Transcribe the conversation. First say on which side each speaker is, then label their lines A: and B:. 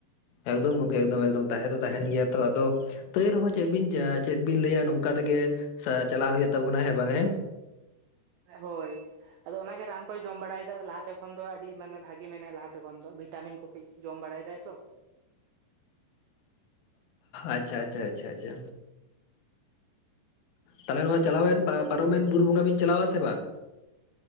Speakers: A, on the left (about 85°); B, on the right (about 85°).
A: ᱮᱠᱫᱚᱢ ᱜᱚᱝᱠᱮ ᱮᱠᱫᱚᱢ ᱮᱠᱫᱚᱢ ᱛᱟᱦᱮᱸ ᱫᱚ ᱛᱟᱦᱮᱱ ᱜᱮᱭᱟ ᱛᱚ ᱟᱫᱚ ᱛᱟᱹᱣ ᱨᱮᱦᱚᱸ ᱪᱮᱫ ᱵᱤᱱ ᱡᱟ ᱪᱮᱫ ᱵᱤᱱ ᱞᱟᱹᱭᱟ ᱱᱚᱝᱠᱟ ᱛᱮᱜᱮ ᱥᱟ ᱪᱟᱞᱟᱣ ᱦᱩᱭᱩᱜ ᱛᱟᱵᱚᱱᱟ᱾ ᱦᱮᱸ ᱵᱟᱝ ᱦᱮᱸ?
B: ᱦᱳᱭ᱾ ᱟᱫᱚ ᱚᱱᱟᱜᱮ ᱨᱟᱱ ᱠᱚᱭ ᱡᱚᱢ ᱵᱟᱲᱟᱭᱮᱫᱟ ᱞᱟᱦᱟᱛᱮ ᱠᱷᱚᱱ ᱫᱚ ᱟᱹᱰᱤ ᱢᱟᱱᱮ ᱵᱷᱟᱜᱤ ᱢᱮᱱᱟᱭᱟ ᱞᱟᱦᱟᱛᱮ ᱠᱷᱚᱱ ᱫᱚ ᱵᱷᱤᱴᱟᱢᱤᱱ ᱠᱚ ᱠᱟᱹᱡ ᱡᱚᱢ ᱵᱟᱲᱟᱭ ᱫᱟᱭ ᱛᱚ᱾
A: ᱟᱪᱪᱷᱟ ᱟᱪᱪᱷᱟ ᱟᱪᱪᱷᱟ ᱟᱪᱪᱷᱟ᱾ ᱛᱟᱦᱚᱞᱮ ᱱᱚᱣᱟ ᱪᱟᱞᱟᱣᱮᱱ ᱯᱟᱼᱯᱟᱨᱚᱢᱮᱱ ᱵᱩᱨᱩ ᱵᱚᱸᱜᱟ ᱵᱤᱱ ᱪᱟᱞᱟᱣᱟ ᱥᱮ ᱵᱟᱝ?